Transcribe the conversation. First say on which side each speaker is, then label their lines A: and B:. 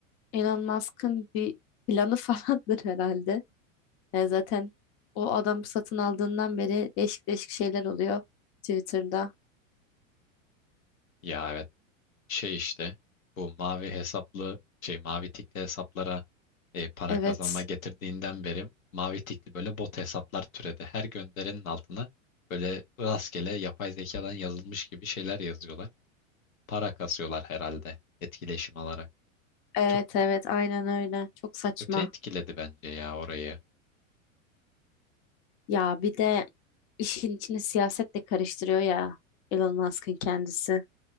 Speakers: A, on the left; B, on the left.
A: Elon Musk'ın bir planı <laughs> falandır herhalde. Yani zaten o adam satın aldığından beri değişik değişik şeyler oluyor Twitter'da.
B: Ya evet. şey işte bu mavi hesaplı şey mavi tikli hesaplara e, para
A: Evet.
B: kazanma getirdiğinden beri mavi tikli böyle bot hesaplar türedi. Her gönderenin altına böyle rastgele yapay zekadan yazılmış gibi şeyler yazıyorlar. Para kasıyorlar herhalde etkileşim alarak.
A: Evet
B: Çok
A: evet
B: e,
A: aynen öyle. Çok saçma.
B: kötü etkiledi bence ya orayı.
A: Ya bir de işin içine siyaset de karıştırıyor ya Elon Musk'ın kendisi.